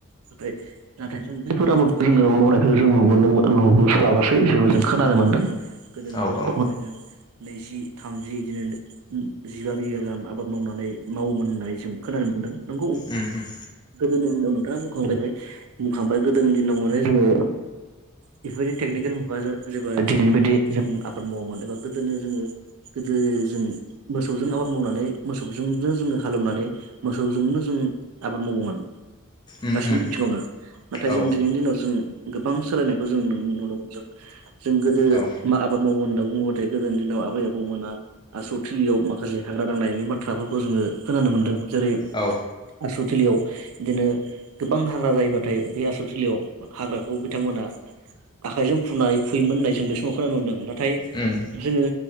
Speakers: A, on the right (about 85°); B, on the left (about 20°).
A: नाथाय नाथाय जों बैफोर आबादखौ जोंङो मावनायखौ जों नुुबोनो मो नुबोस्लाबासै थेवबो जों खोनानो मोन्दों । गोदोनि
B: औ
A: दिनाव
B: औ
A: ओरैनो नैजि थामजि बिदिनो जिबा बिगा गाहाम आबाद मावनानै मावोमोन होननानै जों खोनानो मोन दों नंगौ
B: उम उम
A: गोदोनि दिनाव नों थांङा बुंखांलायबाय बुंखांबाय गोदोनि दिनाव माने जोंङो बेफोरबायदि टेकनिकेल मुगाजों जोंङो दिनैनि बायदि जों आबाद मावोमोन एबा गोदो जोंङो गोदो दो जों मोसौजों आबाद मावनानै मोसौजोंनो जोंङो हालेवनानै मोसौजोंनो जों आबाद मावोमोन
B: उम
A: गासैबो
B: उम
A: बिथिङावनो नाथाय
B: औ
A: जों दिनैनि दिनाव जों गोबां सोलायनायखौ जों नु नुनो मोनदों जों गोदो
B: औ
A: मा आबाद मावो होनना बुङोबाथाय गोदोनि दिनाव आबै आबौमोना आसु थिलियाव माखासे हाग्रा दांनायनि बाथ्राफोरखौ जोंङो खोनानो मोन्दों जेरै
B: औ
A: आस्रु थिलियाव बिदिनो गोबां हाग्रा जायोबाथाय बे आसल थिलियाव हाग्राखौ बिथांमोना आखाइजों फुनाय फुयोमोन होननाय जों बे समाव खोनानो मोनदों नाथाय
B: उम
A: जोंङो